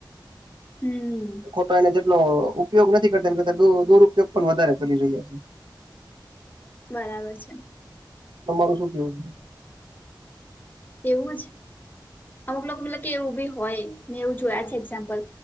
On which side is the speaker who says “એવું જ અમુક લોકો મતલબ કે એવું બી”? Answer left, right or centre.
Left